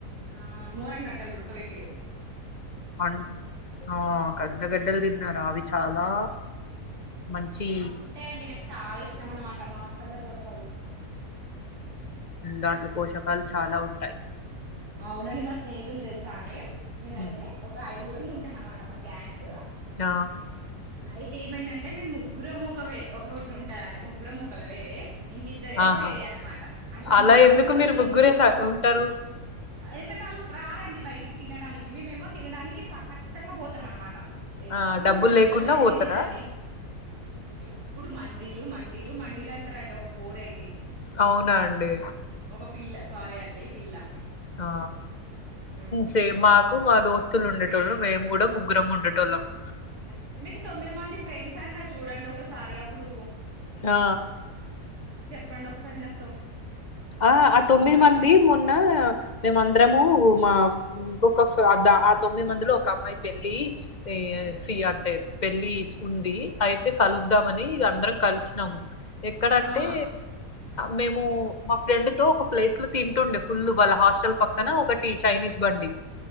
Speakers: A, on the right (about 80°); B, on the left (about 30°).
A: ఆ మోరంగ గడ్డల్ హుడ్కబెట్టిు
B: అ ఆ పెద్దగడ్డలు తిన్నారా అవి చాలా మంచి
A: మస్తుంటాయండి నాకు చాలా ఇష్టం అనమాట మహాస్తల్లా దొరకదు
B: దాంట్లో పోషకాలు చాలా ఉంటాయి
A: అవునండి మా స్నేహితులు తెలుసా అండి మేమైతే
B: మ్మ్
A: ఒక ఐదు దూరం ఉంటామ అనమట మా గ్యాంగ్
B: ఆ
A: అయితే ఏమైందంటే మీ ముగ్గురు మూగవే ఒక్కొక్కటి ఉంటదండి ముగ్గురం ఒకళ వేరే ఇంకా ఇద్దరేమో
B: ఆహా
A: వేరే అనమాట అయితే ఆ
B: అలా
A: ముగ్గురం
B: ఎందుకు
A: కలిసి
B: మీరు ముగ్గురే స ఉంటారు
A: ఏంటంటే వాలు రండి బయటికి తినడానికి మేముేమో తినడానికి ఖచ్చితంగా పోతాం అనమాట ఎప్పుూడు
B: ఆ డబ్బులు
A: మడిలలోనే
B: లేకుండా పోతారా
A: తినేదాండి ఎప్పుడు మండీలు మండీలు మండీలు అంటారండి ఒక పోరు అయితే
B: అవునా అండి
A: ఒక పిల్ల సారీ అండి పిల్ల
B: ఆ
A: ఉమ్.
B: సేమాకు మా దోస్త తులు ఉండేటళ్ళు మేము కూడా ముగ్గురం ఉండట వాళ్ళము
A: మీకు తొమ్మిది మంది ఫ్రెండ్స్ అన్నారు చూడండి ఒకసారి అప్పుడు
B: ఆ
A: పండొ ఒకసారి నా
B: ఆ ఆ తొమ్మిది
A: అన్నారుగా
B: మంది మొన్న మేమందరము మా ఇంకొక ఆ తొమ్మిది మందిలో ఒక అమ్మాయి పెళ్లి సి అంటే పెళ్లి ఉంది అయితే కలుద్దామని అందరం కలిసినాము ఎక్కడంటే
A: ఆ
B: మేము మా ఫ్రెండ్ తో ఒక ప్లేస్ లో తింటుండే ఫుల్ వాళ్ళ హాస్టల్ పక్కన ఒకటి చైనీస్ బండి